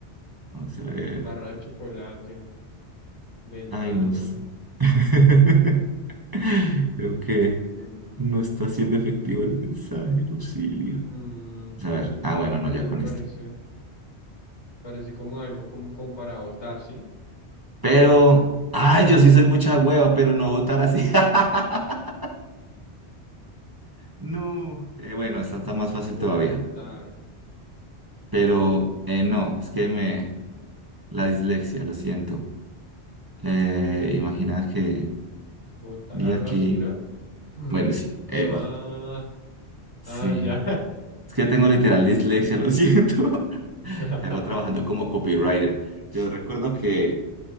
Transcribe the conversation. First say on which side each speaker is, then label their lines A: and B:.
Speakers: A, on the right (about 20°); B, on the left (about 85°).
A: vamos a ver.
B: barra de chocolate, ventana.
A: Ay, no sé. <laughs> Creo que
B: un-
A: no está siendo efectivo el mensaje, Lucilio.
B: mm,
A: A ver, ah, bueno, no, ya con
B: parece,
A: este.
B: parece como algo como, como para botar, ¿sí?
A: Pero, ay, yo sí soy mucha hueva, pero no votar así. <laughs> No. Eh, bueno, esta está más fácil
B: Botar,
A: todavía. Pero, eh, no, es que me... La dislexia, lo siento. Eh, imagina que
B: botar
A: vi aquí...
B: basura. <clears throat> Mm.
A: Bueno, sí, Eva.
B: Ah,
A: Sí.
B: ah, ya.
A: Es que tengo literal dislexia, lo siento. <laughs>
B: <laughs>
A: Que hago trabajando como copywriter. Yo recuerdo que